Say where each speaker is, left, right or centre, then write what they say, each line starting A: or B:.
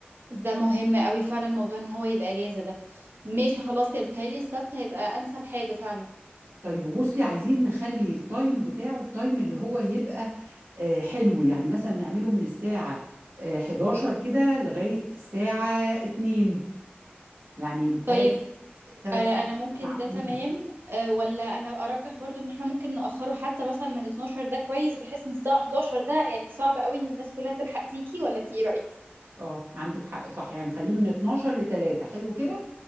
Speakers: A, on the right; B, on the right.
A: ده مهم قوي فعلا موضوع ان هو يبقى اجازه ده ماشي خلاص يا بتهيألي السبت هيبقى انسب حاجه فعلا
B: طيب وبصي عايزين نخلي التايم بتاعه التايم اللي هو يبقى آه، حلو يعني مثلا نعمله من الساعة آه، 11 كده لغاية الساعة 2 يعني بتهيألي
A: طيب
B: ثلاث
A: انا انا
B: ساعات
A: ممكن
B: معقولين
A: ده تمام أه ولا انا ارجح برضو ان احنا ممكن نأخره حتى مثلا من 12 ده كويس بحيث من الساعة 11 ده يعني صعب قوي ان الناس كلها تلحق تيجي ولا انت ايه رأيك
B: اه عندك حق صح يعني نخليه من 12 ل 3 حلو كده